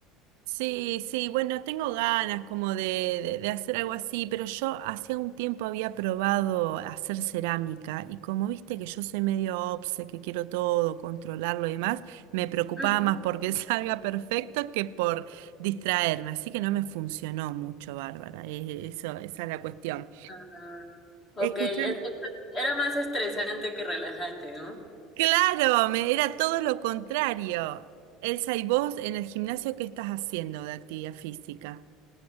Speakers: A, on the right; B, on the left.
A: Sí, sí, bueno, tengo ganas como de, de- de hacer algo así, pero yo hacía un tiempo había probado hacer cerámica y como viste que yo soy medio obse, que quiero todo, controlarlo y demás, me preocupaba
B: Ujú.
A: más porque <laughs> salga perfecto que por distraerme, así que no me funcionó mucho, Bárbara, e- eso, esa es la cuestión.
B: Ah, Ok,
A: Escuchame,
B: entonces era más estresante que relajante, ¿no?
A: claro, me, era todo lo contrario. Elsa, ¿y vos en el gimnasio qué estás haciendo de actividad física?